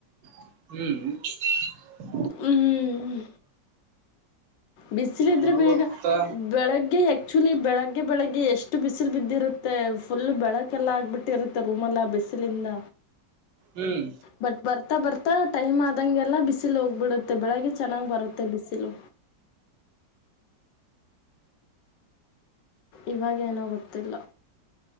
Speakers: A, on the right; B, on the left.
A: ಹ್ಮ್
B: ಹ್ಮ್ ಬಿಸಿಲ ಇದ್ರೆ
A: ಒಣಗುತ್ತಾ
B: ಬೇಗ ಬೆಳಗ್ಗೆ ಆಕ್ಚುಲಿ ಬೆಳಗ್ಗೆ ಬೆಳಗ್ಗೆ ಎಷ್ಟು ಇಷ್ಟು ಬಿಸಿಲು ಬಿದ್ದಿರುತ್ತೆ ಫುಲ್ ಬೆಳಕೆಲ್ಲ ಆಗ್ಬಿಟ್ಟಿ ಇರುತ್ತೆ ರೂಮ್ಲ್ಲ ಬಿಸಿಲಿಂದ
A: ಹ್ಮ್
B: ಬಟ್ ಬರ್ತಾ ಬರ್ತಾ ಟೈಮ್ ಆದಂಗೆ ಎಲ್ಲ ಬಿಸಿಲ್ ಹೋಗ್ಬಿಡುತ್ತ ಮತ್ತ ಬೆಳಗ್ಗೆ ಚೆನ್ನಾಗಿ್ ಬರುತ್ತೆ ಬಿಸಿಲು ಇವಾಗೇನೋ ಗೊತ್ತಿಲ್ಲ